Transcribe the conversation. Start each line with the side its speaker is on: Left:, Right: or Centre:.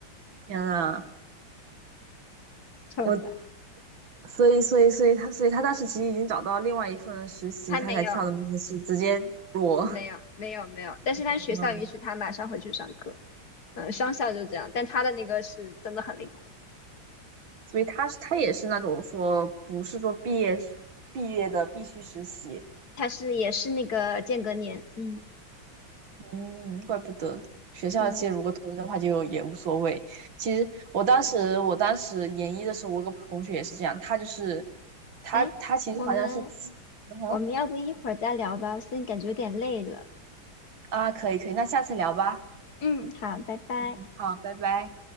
Right: 天呐，
Left: <laughs> 臭三
Right: 我所以所以所以他所以他当时其实已经找到另外一份实习，
Left: 还没有。
Right: 他才跳的就是直接裸。
Left: 没有没有没有，但是他学校允许他马上回去上课，
Right: <laughs>
Left: 嗯，商校就这样，但他的那个是真的很灵活，
Right: 所以他是他也是那种说不是说毕业毕业的必须实习，
Left: 他是也是那个间隔年，嗯
Right: 嗯，怪不得学校其实如果同意的话就也无所谓。
Left: 嗯，
Right: 其实我当时我当时研一的时候，我有个同学也是这样，他就是他他其实好像是，
Left: 哎，我们
Right: 嗯哼
Left: 我们要不一会儿再聊吧，我现在感觉有点累了，
Right: 啊，可以可以，那下次聊吧，
Left: 嗯，好，拜拜。
Right: 嗯，好，拜拜。